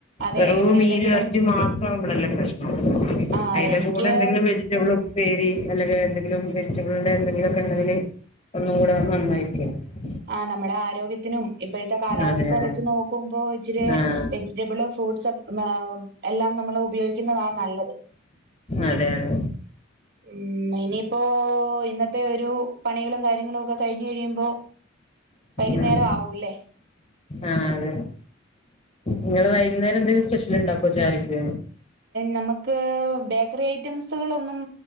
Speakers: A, on the right; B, on the left.
A: അതെ
B: വെറും
A: ഇവിടെ
B: മീനും
A: എന്തെങ്കിലും
B: ഇറച്ചീം മാത്രാവുമ്പളല്ലേ പ്രശ്നം
A: ആ
B: അയിന്റെ
A: എനിക്ക്
B: കൂടെ എന്തെിലും വെജിറ്റബിളും ഉപ്പേരി അല്ലെങ്കിൽ എന്തെങ്കിലും വെജിറ്റബിളിന്റെ എന്തെങ്കിലുമൊക്കെ ഉണ്ടെങ്കിൽ ഒന്നും കൂടെ നന്നായിരിക്കും ഉം
A: ആഹ് നമ്മുടെ ആരോഗ്യത്തിനും ഇപ്പോഴത്തെ കാലാവസ്ഥ
B: അതെ അതെ
A: വെച്ച് നോക്കുമ്പോ ഇച്ചിരി
B: ആഹ്
A: വെജ് ജിറ്റബിള് ഫ്രൂട്ട്സ് എല്ലാം നമ്മള് ഉപയോഗിക്കുന്നതാ നല്ലത്
B: അതെ അതെ
A: ഉം ഇനിയിപ്പോ ഇന്നത്തെ ഒരു പണികളും കാര്യങ്ങളും ഒക്കെ കഴിഞ്ഞു കഴിയുമ്പോ വൈകുന്നേരം
B: ആഹ്
A: ആവൂല്ലേ
B: ആഹ് അതെ നിങ്ങള് വൈകുന്നേരം എന്തെങ്കിലും സ്പെഷ്യൽ ഉണ്ടാക്കോ ചായക്ക്
A: നമ്മക്ക് ബേക്കറി ഐറ്റംസുകളൊന്നും